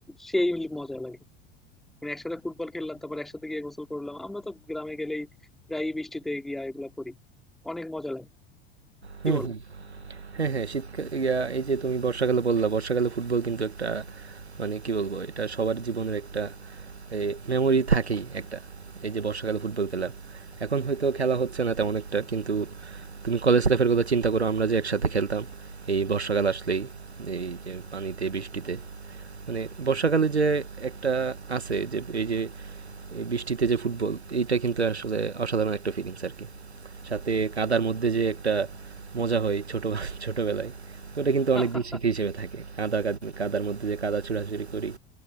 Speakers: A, in the centre; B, on the right.
A: সেই মজা লাগে মানে একসাথে ফুটবল খেললাম তারপর একসাথে গিয়ে গোসল করলাম আমরা তো গ্রামে গেলেই প্রায়ই বৃষ্টিতে গিয়া এগুলা করি অনেক মজা লাগে কি
B: হুম
A: বল
B: হুম হ্যাঁ হ্যাঁ শীতকাল ইয়া, এই যে তুমি বর্ষাকালে বললা বর্ষাকালে ফুটবল কিন্তু একটা মানে কি বলবো এটা সবার জীবনের একটা মেমোরি থাকেই একটা এই যে বর্ষাকালে ফুটবল খেলা এখন হয়তো খেলা হচ্ছে না তেমন একটা কিন্তু তুমি কলেজ লাইফের কথা চিন্তা করো আমরা যে একসাথে খেলতাম এই বর্ষাকাল আসলেই এই যে পানিতে বৃষ্টিতে মানে বর্ষাকালে যে একটা আছে যে এই যে এই বৃষ্টিতে যে ফুটবল এইটা কিন্তু আসলে অসাধারণ একটা ফিলিংস আর কি সাথে কাদার মধ্যে যে একটা মজা হয় ছোট ছোটবেলায় ওটা কিন্তু
A: <laughs>
B: অনেক দিন স্মৃতি হিসেবে থাকে কাদা কাদ- কাদার মধ্যে যে কাদা ছোড়াছুড়ি করি